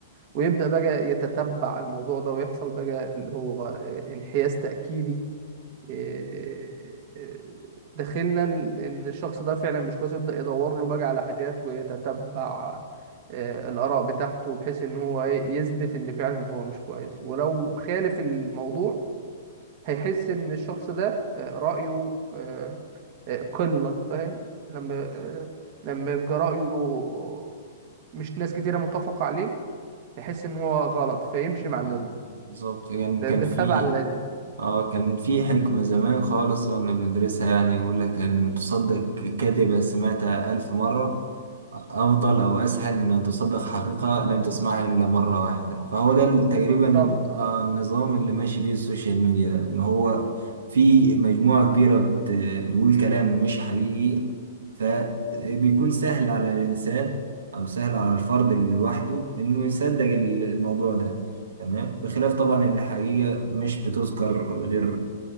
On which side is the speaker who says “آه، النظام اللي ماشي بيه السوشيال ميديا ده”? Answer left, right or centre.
Right